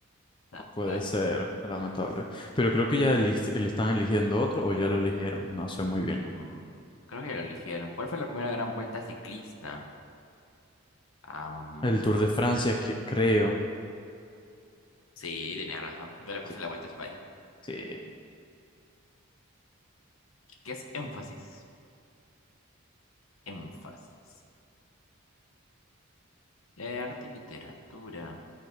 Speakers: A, on the left; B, on the left.
A: Ah,
B: Puede
A: rayos.
B: ser, lamentable. Pero creo que ya elis- le están eligiendo otro o ya lo eligieron, no sé muy bien.
A: Mm, creo que ya lo eligieron. ¿Cuál fue la primera gran vuelta ciclista? Am,
B: El Tour de Francia, que- creo.
A: sí, tenías razón. Yo le puse
B: Sí,
A: la vuelta a España.
B: sí.
A: ¿Qué es énfasis? Énfasis. Eh, arte y literatura.